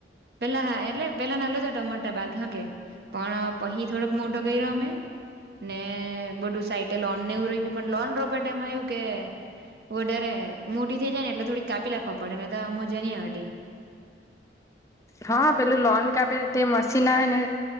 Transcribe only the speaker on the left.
હા પેલું લોન કાપે તે મશીન આવે ને.